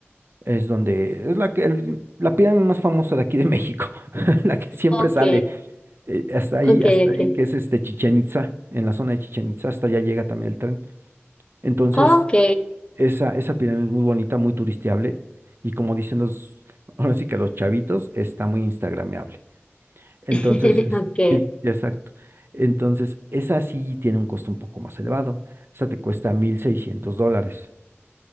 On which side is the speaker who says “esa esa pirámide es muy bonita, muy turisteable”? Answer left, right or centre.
Right